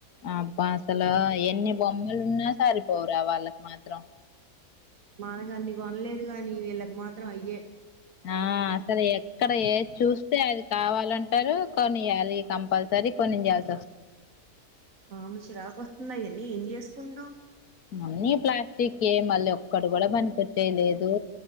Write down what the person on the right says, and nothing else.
మనగా అన్ని కొనలేదు కాగాని వీళ్ళకి మాత్రం అయ్యే
అవును చిరాకు వస్తుంది ఆయన్ని ఏం చేసుకుంటాం